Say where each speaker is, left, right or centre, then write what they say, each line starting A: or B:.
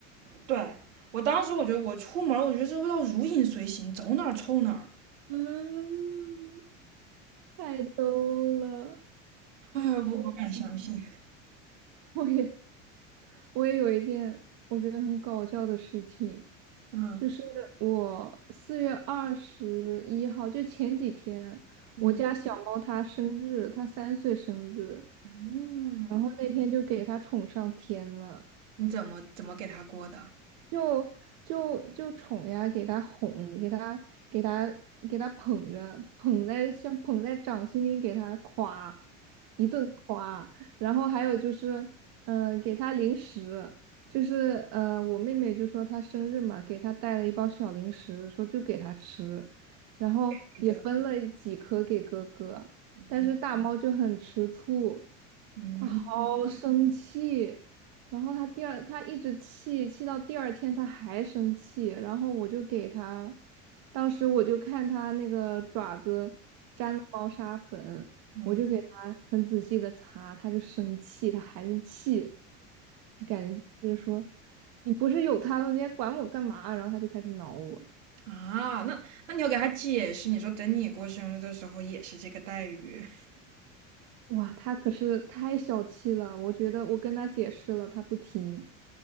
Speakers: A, on the right; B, on the right.
A: 对我当时我觉得我出门我觉得这味道如影随形，走哪儿臭哪儿。
B: 嗯，太逗了。
A: 哎呀，我不敢相信。
B: 我我也我也有一件我觉得很搞笑的事情，
A: 嗯
B: 就是我四月二十一号，就前几天，
A: 嗯
B: 我家小猫它生日，它三岁生日，
A: 嗯，
B: 然后那天就给它宠上天了。
A: 你怎么怎么给他过的？
B: 就就就宠呀，给他哄，给他给他给他捧着，捧在像捧在掌心里，给他夸，一顿夸。然后还有就是，嗯、给他零食，就是呃，我妹妹就说她生日嘛，给她带了一包小零食，说就给她吃，然后也分了几颗给哥哥，
A: 给的。嗯
B: 但是大猫就很吃醋。
A: 嗯
B: 他好生气，然后他第二，他一直气，气到第二天他还生气，然后我就给他，当时我就看他那个爪子沾了猫砂粉，
A: 嗯
B: 我就给他很仔细的擦，他就生气，他还是气，他感觉就是说，你不是有他了，你还管我干嘛？然后他就开始挠我，
A: 啊，那那你要给他解释，你说等你过生日的时候也是这个待遇。
B: 哇，他可是太小气了，我觉得我跟他解释了，他不听，